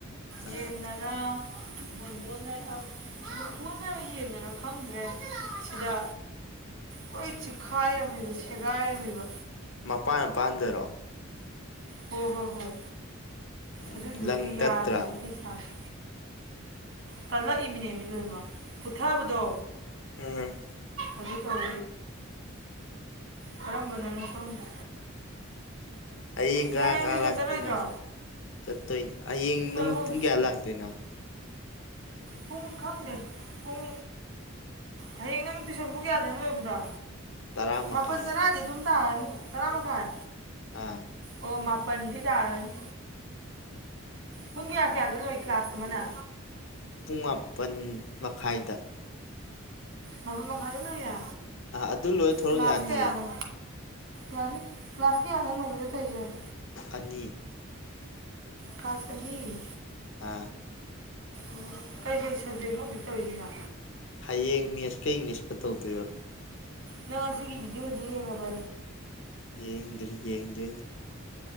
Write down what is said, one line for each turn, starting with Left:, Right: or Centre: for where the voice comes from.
Left: ꯑꯥ
Right: ꯌꯦꯟꯅꯔꯥ ꯕꯣꯕꯣꯅꯔ ꯈꯪ ꯕꯣꯟꯕꯣꯟ ꯅꯔ ꯌꯦꯟꯅꯔ ꯈꯪꯗ꯭ꯔꯦ ꯁꯤꯗ ꯂꯣꯏ ꯆꯤꯈꯥꯏꯔꯝꯃꯤꯕ ꯁꯦꯒꯥꯏꯔꯝꯃꯤꯕ
Left: ꯃꯄꯥꯟ ꯃꯄꯥꯟꯗꯔꯣ
Right: ꯍꯣꯏ ꯍꯣꯏ ꯍꯣꯢ
Left: ꯎꯝ
Right: ꯑꯗꯨꯗꯨꯒꯤ
Left: ꯂꯪ ꯇꯠꯇ꯭ꯔꯥ
Right: ꯌꯥꯗ꯭ꯔꯤꯕ ꯄꯩꯁꯥꯁꯦ ꯇꯜꯂꯛꯏꯃꯤꯅꯦ ꯃꯤ ꯂꯣꯏꯃ ꯄꯨꯊꯔꯕꯗꯣ
Left: ꯎꯝ
Right: ꯑꯗꯨ ꯇꯧ ꯀꯔꯝꯕꯅꯣ ꯈꯪꯗꯦ
Left: ꯍꯌꯦꯡ ꯀꯅꯥ
Right: ꯅꯪ
Left: ꯀꯅꯥ
Right: ꯇꯨꯏꯁꯟ
Left: ꯂꯥꯛꯇꯣꯏꯅꯣ
Right: ꯆꯠꯂꯣꯏꯗ꯭ꯔꯣ
Left: ꯆꯠꯇꯣꯏ ꯍꯌꯦꯡ
Right: ꯑꯩꯈꯣꯏ
Left: ꯅꯠ
Right: ꯑꯍꯨꯝ
Left: ꯄꯨꯡ ꯀꯌꯥ ꯂꯥꯛꯇꯣꯏꯅꯣ
Right: ꯄꯨꯡ ꯈꯪꯗꯦ ꯄꯨꯡ ꯍꯌꯦꯡ ꯅꯪ ꯇꯨꯏꯁꯟ ꯄꯨꯡ ꯌꯥꯗꯅ ꯂꯣꯏꯕꯗꯣ
Left: ꯇꯔꯥ ꯃꯈꯥꯏ
Right: ꯃꯥꯄꯟ ꯇꯥꯔꯗꯤ ꯑꯗꯨꯝ ꯇꯥꯔꯅꯤ ꯇꯔꯥ ꯃꯈꯥꯏ
Left: ꯑꯥ
Right: ꯑꯣ ꯃꯥꯄ ꯄꯟꯗꯤ ꯇꯥꯔꯅꯤ ꯄꯨꯡ ꯀꯌꯥ ꯀꯌꯥꯗ ꯂꯣꯏ ꯀ꯭ꯂꯥꯁ ꯑꯃꯅ
Left: ꯄꯨꯡ ꯃꯥꯄꯟ ꯃꯈꯥꯏꯗ
Right: ꯃꯄꯟ ꯃꯈꯥꯏꯗ ꯂꯣꯏꯌꯦ
Left: ꯑ ꯑꯗꯨ ꯂꯣꯏ ꯊꯣꯔꯛ
Right: ꯀ꯭ꯂꯥꯁ
Left: ꯌꯥꯅꯤꯌꯦ
Right: ꯀꯌꯥꯅꯣ ꯌꯥꯅꯤ ꯀ꯭ꯂꯥꯁ ꯀꯌꯥꯅꯣ ꯅꯪꯡꯃꯗ ꯇꯧꯋꯤꯁꯦ
Left: ꯑꯅꯤ
Right: ꯀꯂꯥꯁ ꯑꯅꯤ
Left: ꯑꯥ
Right: ꯎꯝ ꯀꯩꯀꯩ ꯁꯕꯖꯦꯛꯅꯣ ꯍꯧꯖꯤꯛ ꯇꯧꯔꯤꯁꯤꯅ
Left: ꯍꯌꯦꯡ ꯃꯦꯁ ꯀ ꯢꯤꯡꯂꯤꯁꯀ ꯇꯧꯗꯣꯏꯕ
Right: ꯅꯪ ꯑꯁꯤꯒꯤ ꯚꯤꯗꯤꯑꯣꯗꯤ ꯌꯦꯡꯉꯕ
Left: ꯌꯦꯡꯗ꯭ꯔꯤ ꯌꯦꯡꯗꯣꯢꯅꯦ